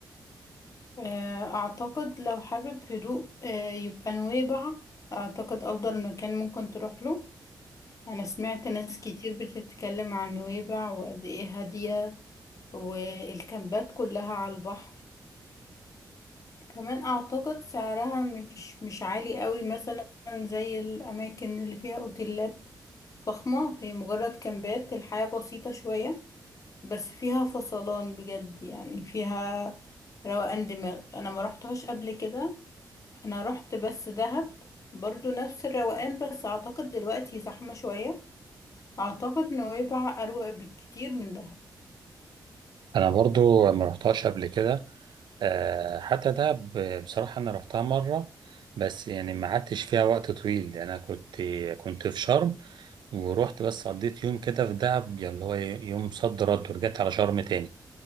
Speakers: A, on the left; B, on the right.
A: آه، أعتقد لو حابب هدوء آه، يبقى نويبع أعتقد أفضل مكان ممكن تروح له أنا سمعت ناس كتير بتتكلم عن نويبع وقد إيه هادية والكامبات كلها على البحر كمان أعتقد سعرها مش مش عالي قوي مثلا زي الأماكن اللي فيها أوتيلات فخمة هي مجرد كامبات الحياة بسيطة شوية بس فيها فصلان بجد يعني فيها روقان دماغ أنا ما رحتهاش قبل كده انا رحت بس دهب برضو نفس الروقان بس اعتقد دلوقتي زحمة شوية اعتقد نويبع اروق بكتير من دهب
B: انا برضو ما رحتهاش قبل كده أه حتى ده ب- بصراحه انا رحتها مره بس يعني ما قعدتش فيها وقت طويل يعني انا كنت كنت في شرم ورحت بس قضيت يوم كده في دهب يعني اللي هو إيه، يوم صد رد ورجعت على شرم تاني